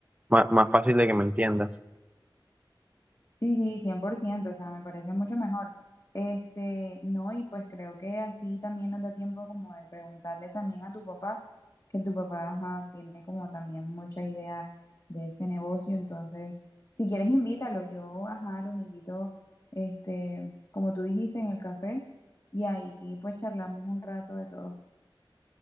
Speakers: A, on the right; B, on the left.
A: más, más fácil de que me entiendas.
B: Sí, sí, cien por ciento o sea, me parece mucho mejor. Este, no, y pues creo que así también nos da tiempo como de preguntarle también a tu papá, que tu papá, ajá, tiene como también mucha idea de ese negocio, entonces, si quieres invítalo, yo, ajá, los invito, este, como tú dijiste, en el café, y ahí pues charlamos un rato de todo.